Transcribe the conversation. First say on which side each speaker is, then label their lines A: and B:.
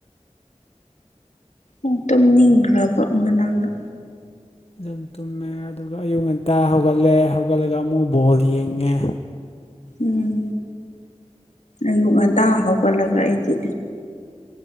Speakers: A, on the left; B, on the left.
A: ꯎꯝ ꯇꯨꯝꯅꯤꯡꯈ꯭ꯔꯕ ꯉꯔꯥꯡꯉ
B: ꯑꯗꯨꯝ ꯇꯨꯝꯃꯦ ꯑꯗꯨꯒ ꯑꯌꯨꯛ ꯉꯟꯇꯥ ꯍꯧꯒꯠꯂꯦ ꯍꯧꯒꯠꯂꯒ ꯑꯃꯨꯛꯀ ꯕꯣꯜ ꯌꯦꯡꯉꯦ
A: ꯎꯝ ꯑꯌꯨꯛ ꯉꯟꯇꯥ ꯍꯧꯒꯠꯂꯒ ꯑꯩꯗꯤ